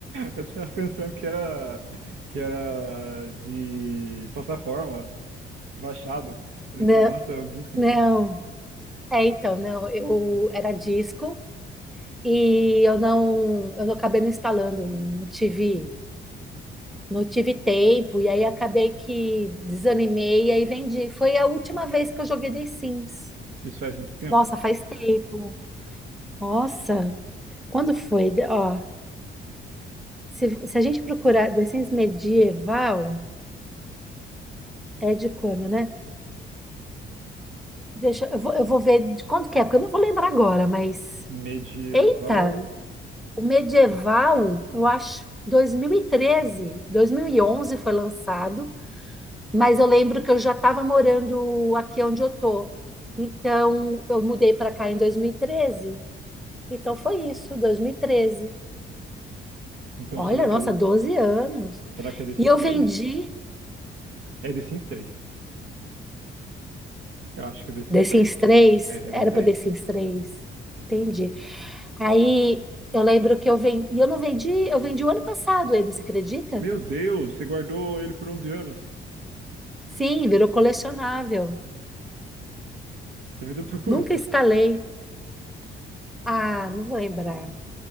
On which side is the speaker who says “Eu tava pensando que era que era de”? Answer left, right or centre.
Right